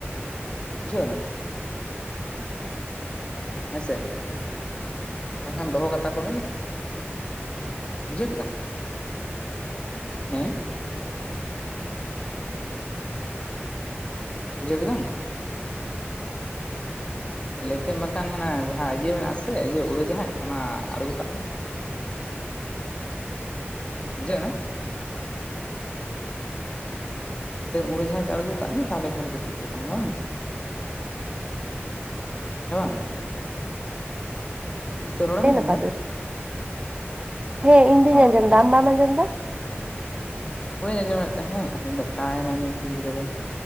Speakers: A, on the left; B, on the right.
A: ᱵᱩᱡᱷᱟᱹᱜ ᱮᱱᱟ? ᱦᱮᱸᱥᱮ ᱵᱟᱝᱠᱷᱟᱱ ᱫᱚᱦᱚ ᱠᱟᱛᱟ ᱠᱚᱢᱮ᱾ ᱵᱩᱡᱷᱟᱹᱣ ᱠᱮᱫᱟᱢ ᱦᱮᱸ᱾ ᱵᱩᱡᱷᱟᱹᱣ ᱠᱮᱫᱟᱢ? ᱞᱮᱛᱮᱢ ᱵᱟᱠᱷᱟᱱ ᱦᱟᱱᱟ ᱡᱟᱦᱟᱸ ᱤᱭᱟᱹ ᱢᱮᱱᱟᱜ-ᱟ ᱥᱮ ᱩᱲᱟᱹ ᱡᱟᱦᱟᱡᱽ ᱚᱱᱟ ᱟᱬᱜᱚ ᱠᱟᱜ ᱢᱮ᱾ ᱢᱩᱪᱟᱹᱜ ᱱᱟ? ᱩᱲᱟᱹ ᱡᱟᱦᱟᱸᱡᱽ ᱟᱬᱜᱚ ᱠᱟᱜ ᱢᱮ ᱛᱟᱦᱮᱸ ᱞᱮ ᱠᱷᱟᱱ ᱜᱮ ᱴᱷᱤᱠ ᱜᱮ ᱛᱟᱦᱮᱱᱟ ᱵᱟᱝ ᱾ ᱦᱮᱸ ᱵᱟᱝ? ᱱᱤᱛᱚᱜ ᱨᱚᱲᱮᱢ
B: <unintelligible>
A: ᱟᱸᱡᱚᱢ ᱫᱟ
B: ᱦᱮᱸ ᱤᱧ
A: ᱦᱳᱭ
B: ᱫᱩᱧ ᱟᱸᱡᱚᱢᱫᱟ ᱟᱢ ᱵᱟᱢ ᱟᱸᱡᱚᱢᱫᱟ?
A: ᱵᱟᱹᱧ ᱟᱸᱡᱚᱢᱮᱫ ᱛᱟᱦᱮᱸᱜ, ᱟᱫᱚᱧ ᱞᱟᱹᱭ ᱫᱟ ᱚᱠᱟᱭ ᱱᱟᱭ ᱱᱩᱭ ᱠᱩᱲᱤ ᱜᱤᱫᱽᱨᱟᱹ ᱫᱚ,